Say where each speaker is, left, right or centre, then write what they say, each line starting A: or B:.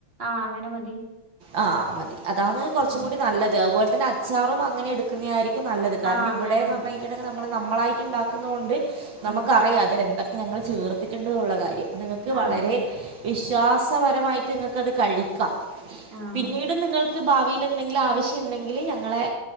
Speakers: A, on the right; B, on the right.
A: ആ അങ്ങനെ മതി
B: ആ മതി അതാണ് കുറച്ചും
A: ഉം
B: കൂടി നല്ലത് അത്പോൽ ലെ അച്ചാറും അങ്ങനെ എടുക്കുന്നയാരി ക്കും നല്ലത് കാര്ണം
A: ആഹ് അങ്ങനെ
B: ഇവിടെ ന്ന്
A: മതി
B: പർഞ്ഞ് കയിഞ്ഞ്ട്ട്ണ്ട നമ്മള് നമ്മളായിട്ട് ഉണ്ടാക്കുന്നുകൊണ്ട് നമുക്കറിയാം
A: ഉം
B: അതിലെന്ത ക്കെ ഞങ്ങള് ചേർ ത്തിട്ട്ണ്ട്ന്ന് ഉള്ള കാര്യം നിങ്ങക്ക്
A: ആഹ്
B: വളരെ വിശ്വാസപരമായിട്ട് നിങ്ങക്കത് കഴിക്കാം
A: ആഹ്
B: പിന്നീട് നിങ്ങൾ ക്ക് ഭാവിയിൽ എന്തെങ്കിലും ആവശ്യംണ്ടെങ്കിൽ ഞങ്ങളെ